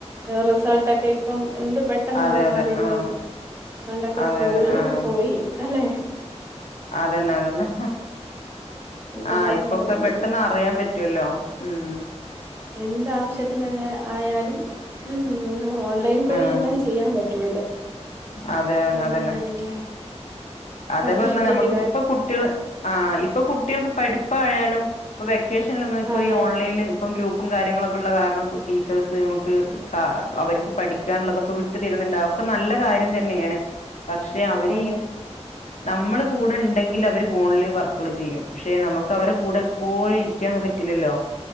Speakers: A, on the right; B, on the left.
A: റിസൾട്ട് ഒക്കെ ഇപ്പം എന്ത് പെട്ടെന്നാ
B: അതെ
A: നമ്മൾ
B: അതെ
A: അറിയുന്നത്.
B: ആഹ്
A: പണ്ടൊക്കെ
B: അതെ
A: സ്കൂൾലൊക്കെ
B: അതെ ആഹ്
A: പോയി. അല്ലേ
B: അതന്നെ അതന്നെ
A: റിസൾട്ടൊക്കെ
B: ആഹ് ഇപ്പൊക്കെ
A: പെട്ടെന്നാണ്
B: പെട്ടെന്ന് അറിയാൻ പറ്റുവല്ലോ ഊം
A: എന്ത്‌ ആവശ്യത്തിനല്ല ആയാലും ഹൂം ഓൺലൈൻ വഴിയെല്ലാം
B: ആഹ്
A: ചെയ്യാൻ പറ്റുവല്ലോ
B: അതെ അത്
A: എന്ത്
B: അതന്നെ
A: കാര്യങ്ങളാ
B: അതേപറഞ്ഞത്
A: സർട്ടിഫിക്കറ്റ്
B: നമ്മക്ക്
A: കാ
B: പ്പൊ കുട്ട്യള് ആ ഇപ്പൊ കുട്ട്യൾക്ക് പഠ് പ്പയാലും ഇപ്പ വെ ക്കേഷന്ലൊന്നും ഇപ്പോ
A: അതെ
B: ഈ ഓൺലൈല് ഇപ്പം ഗ്രൂപ്പും കാര്യങ്ങളൊക്കെ ഉള്ള കാരണം ടീച്ചേഴ്സ് നമ്മക്ക് കാ അവര്ക്ക് പഠിക്കാനുള്ളതൊക്കെ വിട്ടു തരുന്നുണ്ട് അതൊക്കെ നല്ല കാര്യം തന്നേണ് പക്ഷെ അവരീ
A: അതെ
B: നമ്മള് കൂടെ ണ്ടെങ്കിൽ അവര് ഫോണില് വർക്കുള് ചെയ്യും പക്ഷെ നമ്മക്ക് അവരെ കൂടെ എപ്പോഴും ഇരിക്കാൻ പറ്റില്ലല്ലോ